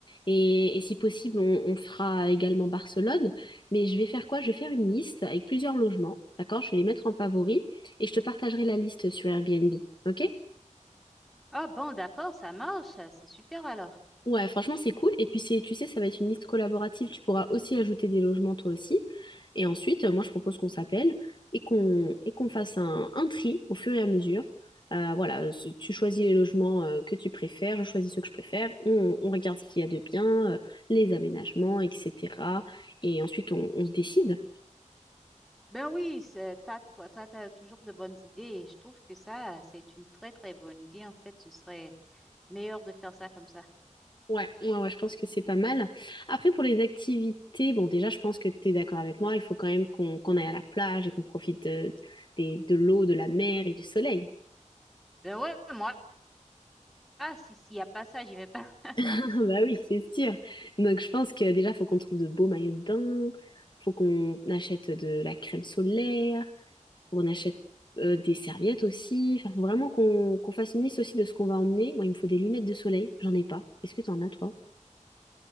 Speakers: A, on the left; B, in the centre.
A: Et, et si possible, on, on fera également Barcelone. Mais je vais faire quoi? Je vais faire une liste avec plusieurs logements. D'accord? Je vais les mettre en favori et je te partagerai la liste sur Airbnb. OK?
B: Ah bon, d'accord, ça marche, c'est super alors.
A: Ouais, franchement, c'est cool. Et puis, c'est, tu sais, ça va être une liste collaborative. Tu pourras aussi ajouter des logements, toi aussi. Et ensuite, euh, moi, je propose qu'on s'appelle et qu'on et qu'on fasse un, un tri au fur et à mesure. Euh, voilà, euh, ce- tu choisis les logements euh, que tu préfères, je choisis ceux que je préfère. On, on regarde ce qu'il y a de bien, euh, les aménagements, etc. Et ensuite, on, on se décide.
B: Ben oui, c'est- t'as, toi, toi, t'as toujours de bonnes idées et je trouve que ça, c'est une très, très bonne idée. En fait, ce serait meilleur de faire ça comme ça.
A: Ouais, ouais, ouais, je pense que c'est pas mal. Après, pour les activités, bon, déjà, je pense que tu es d'accord avec moi, il faut quand même qu'on qu'on aille à la plage et qu'on profite de, des- de l'eau, de la mer et du soleil. <laughs>
B: Ben ouais, moi, ah, si, s'il y a pas ça, j'y vais pas. <laughs>
A: Ah Bah oui, c'est sûr. Donc, je pense que déjà, faut qu'on trouve de beaux maillots de bain, faut qu'on achète de la crème solaire, faut qu'on achète euh, des serviettes aussi. Enfin, faut vraiment qu'on qu'on fasse une liste aussi de ce qu'on va emmener. Moi, il me faut des lunettes de soleil, j'en ai pas. Est-ce que tu en as, toi?